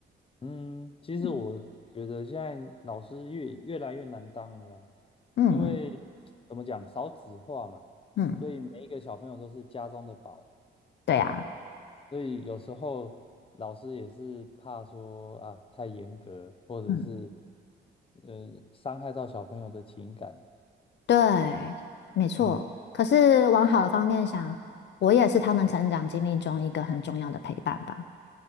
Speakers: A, on the left; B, on the left.
A: 嗯，其实我觉得现在老师越越来越难当了啊
B: 嗯嗯
A: 因为怎么讲，少子化嘛，
B: 嗯，
A: 所以每一个小朋友都是家中的宝，
B: 对啊。
A: 所以有时候老师也是怕说啊太严格，或者是
B: 嗯。
A: 呃伤害到小朋友的情感。
B: 对，没错。
A: 嗯
B: 可是往好的方面想，我也是他们成长经历中一个很重要的陪伴吧。